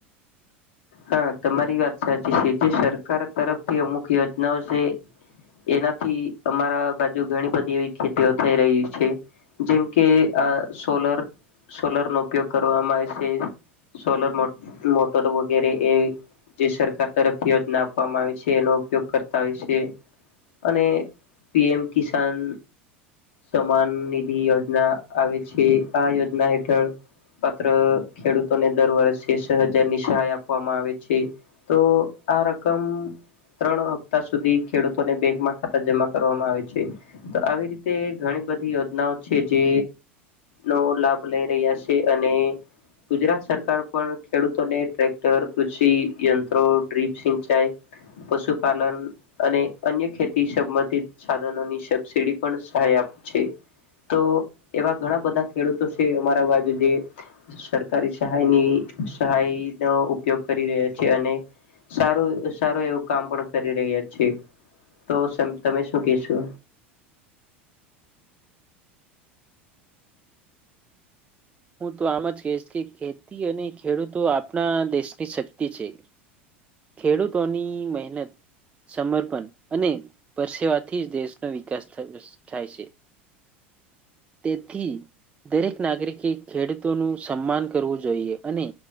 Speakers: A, on the left; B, on the right.
A: હા તમારી વાત સાચી છે. જે સરકાર તરફથી અમુક યોજનાઓ છે એનાથી અમારા બાજુ ઘણી બધી એવી ખેતીઓ થઈ રહી છે. જેમ કે આ સોલર સોલર નો ઉપયોગ કરવામાં આવે છે. સોલર મો મોટર વો ગેરે એ જે સરકાર તરફથી યોજના આપવામાં આવી છે એનો ઉપયોગ કરતા હોય છે. અને પી એમ કિસાન સમાન નિધિ યોજના આવે છે, આ યોજના હેઠળ પાત્ર ખેડૂતોને દર વર્ષે સ હજાર ની સહાય આપ પવામાં આવે છે. તો આ રકમ ત્રણ હપ્તા સુધી ખેડૂતોને બેંકમાં ખાતા જમા કરવામાં આવે છે. તો આવી રીતે ઘણી બધી યોજનાઓ છે જે નો લાભ લઈ રહ્યા છે અને ગુજરાત સરકાર પણ ખેડૂતોને ટ્રેક ટર, કૃષિ, યંત્રો, ડ્રીપ સિંચાઈ પશુપાલન અને અન્ય ખેતી સંબંધિત સાધનોની સબસીડી પણ સહાય આ આપ છે તો એવા ઘણાં બધા ખેડૂતો છે અમારા બાજુ જે સરકારી સહાયની સહાય. નો ઉપયોગ કરી રહ્યા છે અને સારું સારું એવું કામ પણ કરી રહ્યા છે. તો તમે શું કહેશો?
B: હું તો આમ જ કહીશ કે ખેતી અને ખેડૂતો આપણા દેશની શક્તિ છે. ખેડૂતોની મહેનત સમર્પણ અને પરસેવાથી જ દેશનો વિકાસ થાય છે. તેથી દરેક નાગરિકે ખેડૂતોનું સન્માન કરવું જોઇએ અને